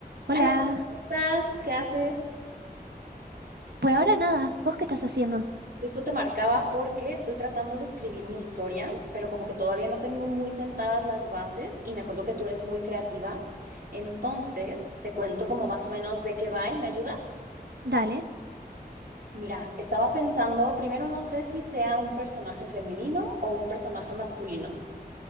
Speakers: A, on the right; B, on the right.
A: Hola,
B: Aló, ¿cómo estás? ¿Qué haces?
A: por ahora nada. ¿Vos qué estás haciendo?
B: Justo te marcaba porque estoy tratando de escribir una historia, pero como que todavía no tengo muy sentadas las bases y me acuerdo que tú eres muy creativa. Entonces, te cuento como más o menos de qué va y me ayudas.
A: Dale.
B: Mira, estaba pensando, primero no sé si sea un personaje femenino o un personaje masculino